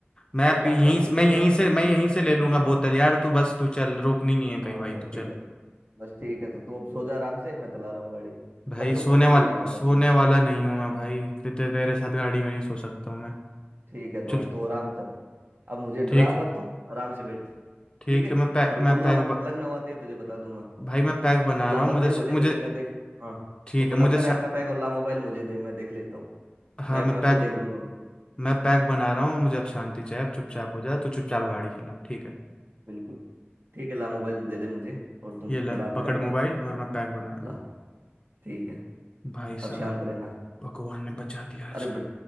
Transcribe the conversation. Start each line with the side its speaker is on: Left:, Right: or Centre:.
Left: मैं
Right: तू एक
Left: पी-
Right: काम
Left: यहीं
Right: कर तू
Left: मैं
Right: पीछे
Left: यहीं
Right: जा
Left: से मैं यहीं से ले लूंगा बोतल यार तू बस तू चल रोकनी नहीं है कहीं
Right: हाँ
Left: भाई
Right: बस
Left: तू चल
Right: ठीक है तो बस ठीक है तो तू अब सो जा आराम से मैं चला रहा हूँ गाड़ी
Left: भाई
Right: लखनऊ
Left: सोने
Right: पहुंच
Left: वाला
Right: के उठा लूंगा
Left: सोने
Right: तुझे
Left: वाला नहीं हूँ मैं भाई ते, ते, तेरे साथ गाड़ी में नहीं सो सकता हूँ मैं
Right: ठीक है तो
Left: चल
Right: अब तू आराम कर अब मुझे डरा
Left: ठीक
Right: मत
Left: है
Right: तू आराम से बैठ
Left: ठीक
Right: ठीक है
Left: है मैं पैक
Right: और बोलना
Left: मैं पैक
Right: मत
Left: ब,
Right: मैं लखनऊ आते ही तुझे बता दूंगा
Left: भाई मैं पैक बना
Right: और ला
Left: रहा
Right: मोबाइल
Left: हूँ मुझे
Right: मुझे
Left: मुझे
Right: दे दे मैं देख हाँ
Left: ठीक
Right: तू बनाता
Left: है मुझे शा-
Right: रहे अपना पैक और ला मोबाइल मुझे दे मैं देख लेता हूँ
Left: हाँ
Right: मैप
Left: मैं
Right: मैं
Left: पैक
Right: खुद देख लूंगा
Left: मैं पैक बना रहा हूँ मुझे अब शांति चाहिए अब चुपचाप हो जा तो चुपचाप गाड़ी चला ठीक है
Right: बिल्कुल ठीक है ला मोबाइल दे दे मुझे और तू
Left: ये ले
Right: बना
Left: पकड़
Right: तेरा
Left: मोबाइल
Right: पैक
Left: और मैं पैक बना रहा
Right: ला ठीक है
Left: हूँ भाई साहब
Right: अब शांत रहना
Left: भगवान ने बचा दिया आज
Right: अरे बस